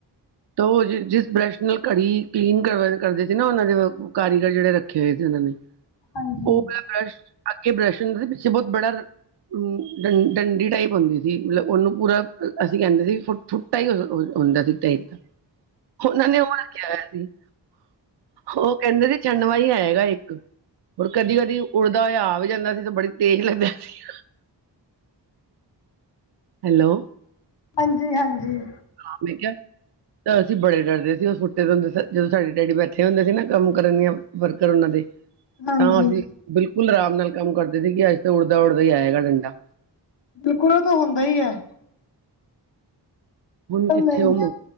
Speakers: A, on the right (about 65°); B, on the left (about 75°).
A: ਤਾਂ ਉਹ ਜਿਸ ਬਰੱਸ਼ ਨਾਲ ਘੜੀ ਕਲੀਨ ਕਰ ਕਰਦੇ ਸੀ ਨਾ ਉਹਨਾਂ ਦੇ ਕਾਰੀਗਰ ਜਿਹੜੇ ਰੱਖ ਰੱਖੇ ਹੋਏ ਸੀ ਉਹਨਾਂ ਨੇ
B: ਹਾਂਜੀ
A: ਓਹ ਬਰੱਸ਼ ਅੱਗੇ ਬਰੱਸ਼ਨਾਂ ਦੇ ਪਿੱਛੇ ਬਹੁਤ ਬੜਾ- ਡੰ ਡੰਡੀ ਟਾਈਪ ਹੁੰਦੀ ਸੀ ਮਤਲਬ ਉਹਨੂੰ ਪੂਰਾ ਅਸੀਂ ਕਹਿੰਦੇ ਸੀ ਫੁੱਟ- ਫੁੱਟਾ ਹੀ ਹੁੰਦਾ ਸੀ ਟਾਈਪ ਦਾ ਉਹਨਾਂ ਨੇ ਉਹ ਰੱਖਿਆ ਹੋਇਆ ਸੀ ਉਹ ਕਹਿੰਦੇ ਸੀ ਚੰਡਵਾ ਹੀ ਹੈਗਾ ਇੱਕ ਹੋਰ ਕਦੀ-ਕਦੀ ਉੱਡਦਾ ਹੋਇਆ ਆ ਵੀ ਜਾਂਦਾ ਸੀ ਤਾਂ ਬੜੀ ਤੇਜ਼ ਲੱਗਦਾ ਸੀ ਹੈਲੋ
B: ਹਾਂਜੀ-ਹਾਂਜੀ।
A: ਹੈ ਮੈਂ ਕਆ। ਤਾਂ ਅਸੀਂ ਬੜੇ ਡਰਦੇ ਸੀ ਉਸ ਫੁੱਟੇ ਤੋ, ਜਦੋਂ ਸਾਡੇ ਡੈਡੀ ਬੈਠੇ ਹੁੰਦੇ ਸੀ ਨਾ ਕੰਮ ਕਰਨ ਯਾ ਵਰਕਰ ਉਹਨਾਂ ਦੇ
B: ਹਾਂਜੀ
A: ਤਾਂ ਅਸੀਂ ਬਿਲਕੁਲ ਆਰਾਮ ਨਾਲ ਕੰਮ ਕਰਦੇ ਸੀ ਕਿ ਅੱਜ ਤਾਂ ਉੱਡਦਾ- ਉੱਡਦਾ ਹੀ ਆਏਗਾ ਡੰਡਾ
B: ਬਿਲਕੁਲ ਉਹ ਤਾਂ ਹੁੰਦਾ ਹੀ ਅ।
A: ਹੁਨ
B: ਪਰ
A: ਕਿੱਥੇ
B: ਨਹੀਂ
A: ਓਹ ਮੋਹ